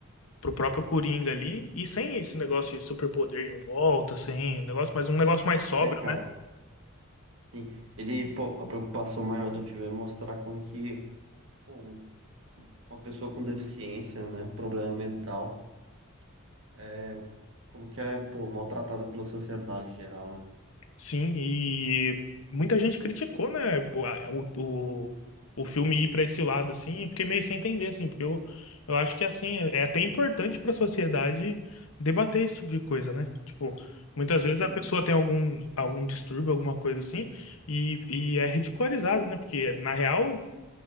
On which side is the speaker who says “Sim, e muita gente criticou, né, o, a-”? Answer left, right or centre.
Left